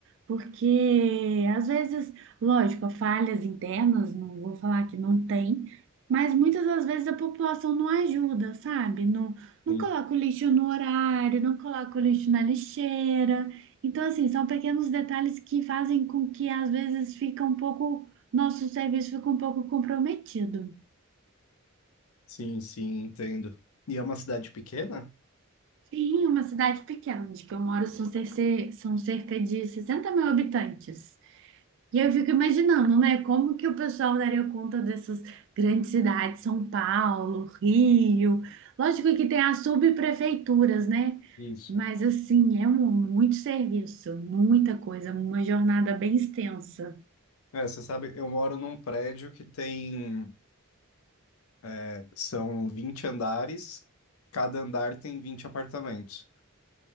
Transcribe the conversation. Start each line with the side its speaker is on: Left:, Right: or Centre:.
Right: porque às vezes, lógico, falhas internas, não vou falar que não tem, mas muitas das vezes a população não ajuda, sabe? Não, não
Left: Sim,
Right: coloca o lixo no horário, não coloca o lixo na lixeira. Então, assim, são pequenos detalhes que fazem com que às vezes fica um pouco, nosso serviço fica um pouco comprometido.
Left: sim, sim, entendo. E é uma cidade pequena?
Right: Sim, uma cidade pequena, onde que eu moro são, cerce- são cerca de 60 mil habitantes. E aí eu fico imaginando, né, como que o pessoal daria conta dessas grandes cidades, São Paulo, Rio. Lógico que tem as subprefeituras, né?
Left: Isso.
Right: Mas assim, é um, muito serviço, muita coisa, uma jornada bem extensa.
Left: É, você sabe, eu moro num prédio que tem, é, são 20 andares, cada andar tem 20 apartamentos.